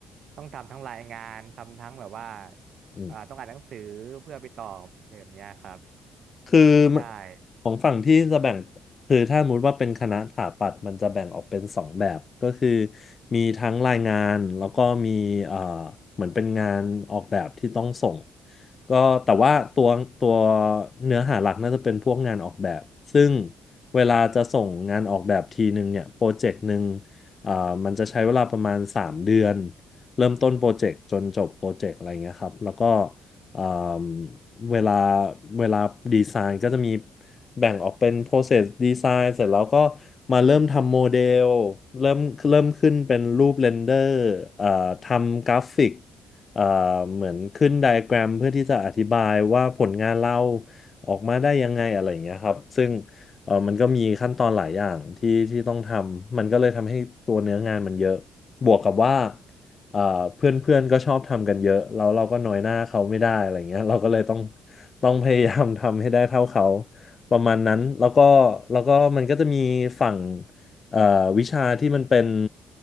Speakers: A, on the right; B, on the left.
A: ต้องทำทั้งรายงานทำทั้งแบบว่า
B: ืม
A: อ่าต้องอ่านหนังสือเพื่อไปตอบอะไรแบบเนี้ยครับ
B: คือ
A: ใช่
B: ของฝั่งพี่จะแบ่งคือถ้าสมมติว่าเป็นคณะสถาปัตย์มันจะแบ่งออกเป็นสองแบบก็คือมีทั้งรายงานแล้วก็มีเอ่อเหมือนเป็นงานออกแบบที่ต้องส่งก็แต่ว่าตัวตัวเนื้อหาหลักน่าจะเป็นพวกงานออกแบบซึ่งเวลาจะส่งงานออกแบบทีหนึ่งเนี่ยโปรเจกต์หนึ่งเอ่อมันจะใช้เวลาประมาณ3เดือนเริ่มต้นโปรเจกต์จนจบโปรเจกต์อะไรเงี้ยครับแล้วก็ เอ่อเวลาเวลาดีไซน์ก็จะมีแบ่งออกเป็น process design เสร็จแล้วก็มาเริ่มทำโมเดลเริ่มเริ่มขึ้นเป็นรูปเรนเดอร์เอ่อทำกราฟิกเอ่อเหมือนขึ้นไดอะแกรมเพื่อที่จะอธิบายว่าผลงานเราออกมาได้ยังไงอะไรอย่างเงี้ยครับซึ่งเออมันก็มีขั้นตอนหลายอย่างที่ที่ต้องทำมันก็เลยทำให้ตัวเนื้องานมันเยอะบวกกับว่า เอ่อเพื่อนเพื่อนก็ชอบทำกันเยอะแล้วเราก็น้อยหน้าเขาไม่ได้อะไรเงี้ยเราก็เลยต้องต้องพยายาม <laughs> ทำให้ได้เท่าเขาประมาณนั้นแล้วก็แล้วก็มันก็จะมีฝั่งเอ่อวิชาที่มันเป็น